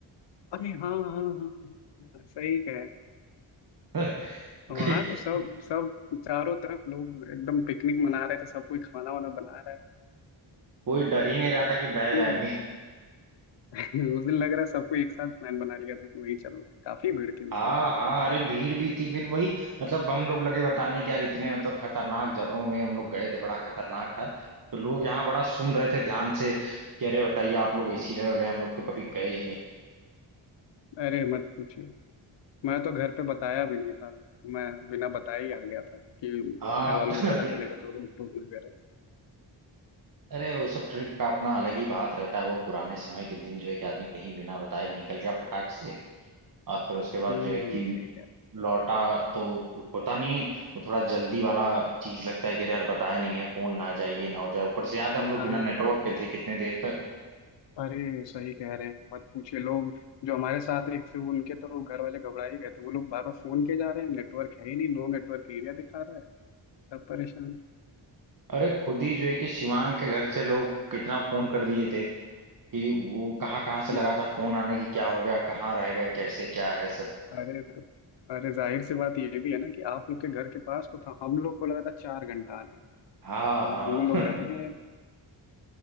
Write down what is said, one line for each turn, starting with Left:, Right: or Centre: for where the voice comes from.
Left: अरे हाँ हाँ हाँ हाँ हाँ, सही कहे
Right: <laughs> क्योंकि
Left: वहां तो सब सब चारों तरफ लोग एकदम पिकनिक मना रहे थे सब कोई खाना वाना बना रहा है
Right: कोई डर ही नहीं रहा था कि बह जाएंगे
Left: उन- <laughs> उस दिन लग रहा है सबको एक साथ प्लान बना लिया था कि वहीं चलना है काफी भीड़ थी उस
Right: हाँ
Left: दिन
Right: हाँ अरे भीड़ भी थी फिर वही मतलब हम लोग लगे बताने कि यार इतने मतलब खतरनाक झरनों में हम लोग गए थे बड़ा खतरनाक था तो लोग यहाँ बड़ा सुन रहे थे ध्यान से कि अरे बताइए आप लोग ऐसी जगह गए हम लोग तो कभी गए ही नहीं
Left: अरे मत पूछिए मैं तो घर पे बताया भी नहीं था मैं बिना बताए ही आ गया था कि
Right: हाँ
Left: घर वालों
Right: <laughs>
Left: को पता चलेगा तो रूठ टूट ना करे
Right: अरे वो सब ट्रिप का अपना अलग ही बात रहता है वो पुराने समय के दिन जो है कि आदमी कहीं बिना बताए निकल गया फटाक से और फिर उसके बाद
Left: हम्म
Right: जो है कि
Left: हम्म, सही
Right: लौटा तो होता नहीं है वो थोड़ा जल्दी वाला चीज लगता है कि अरे यार बताया नहीं है फोन ना आ जाए ये ना हो जाए ऊपर से याद है हम लोग
Left: हाँ
Right: बिना नेटवर्क
Left: हाँ
Right: के थे कितने देर तक
Left: अरे सही कह रहे हैं मत पूछिए लोग जो हमारे साथ एक थे उनके तो घर वाले घबरा ही गए थे वो लोग बार बार फोन किए जा रहे हैं नेटवर्क है ही नहीं नो नेटवर्क एरिया दिखा रहा है सब परेशान
Right: अरे खुद ही जो है कि शिवांग के घर से लोग कितना फोन कर दिए थे कि वो कहाँ कहाँ से
Left: म-
Right: लगा था फोन आने की क्या हो गया कहाँ रह गए कैसे क्या है सब
Left: अरे तो अरे जाहिर सी बात ये भी है ना कि आप लोग के घर के पास तो था हम लोग को लगा था चार घंटा आने में
Right: हाँ
Left: अब
Right: हाँ
Left: वो लोग
Right: <laughs>
Left: डर गए